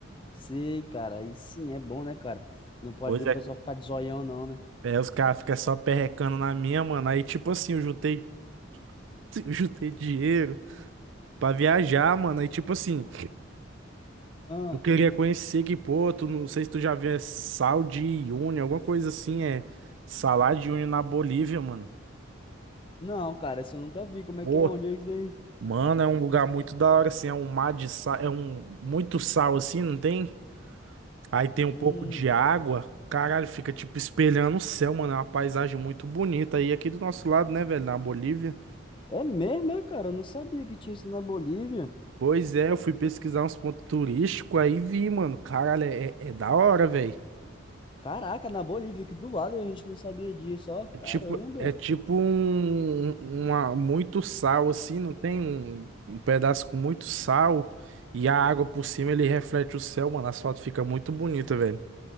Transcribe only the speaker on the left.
Sei, cara, aí sim é bom, né, cara? Não pode
o
pessoal ficar de zoião, não, né?
Ah,
não, cara, isso eu nunca vi. Como
é que é? Onde é isso daí?
Hum,
é mesmo, é, cara? Eu não sabia que tinha isso na Bolívia.
Caraca, na Bolívia, aqui do lado a gente não sabia disso, ó.
Caramba.